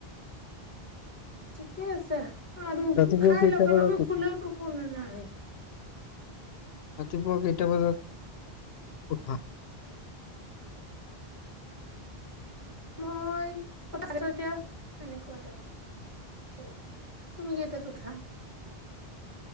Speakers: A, on the right; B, on the left.
A: ঠিকেই আছে। আৰু
B: ৰাতিপুৱা
A: খাই
B: কেইটা
A: লগে
B: বজাত
A: লগে
B: উঠা?
A: শুলেও টোপনি নাহে।
B: ৰাতিপুৱা কেইটা বাজাত উঠা?
A: মই <unintelligible> এনেকুৱা <unintelligible> তুমি কেইটাত উঠা?